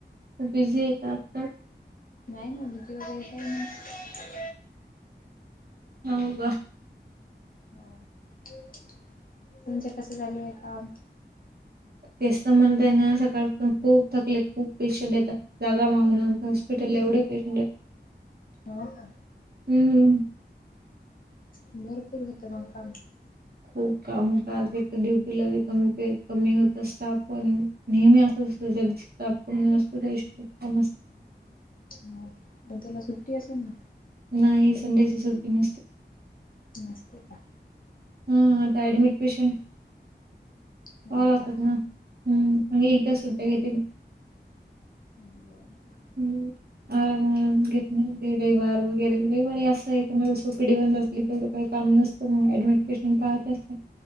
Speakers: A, on the right; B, on the left.
A: खूप बिझी <inaudible> येतात.
B: नाही ना भीती वगैरे काही नाही.
A: <unintelligible> <inaudible> हो का
B: ह, तुमच कस झाले आहे काम?
A: तेच म्हणत ना सकाळ <inaudible> खूप थकले, खूप पेशंट येतात. जागा माऊून हॉस्पिटल एवढे पेशंट आहे.
B: हो का?
A: हम्म..
B: भरपूर होतं ना काम.
A: खूप काम होत आज तर ड्युटीला कमी प कमी होत स्टाफ पण नेहमी अस. <inaudible> असतो देश खूप कम असत <unintelligible>
B: हो, पण त्याला सुट्टी असेल ना?
A: नाही, संडेच सुट्टी नसते.
B: नस्ते का?
A: हा आता ऍडमिट पेशंट
B: हो
A: हॉल असतात
B: का?
A: ना ह.. मी एकदा सुट्ट्या घेततील.
B: ह् बरं, बर,
A: हम्म आराम आराम घेत नाही. रविवार वगैरे रविवारी असं एकमेव ओपीडी बंद असले की काम नसतं मग <inaudible> डमिट पेशंट पाहत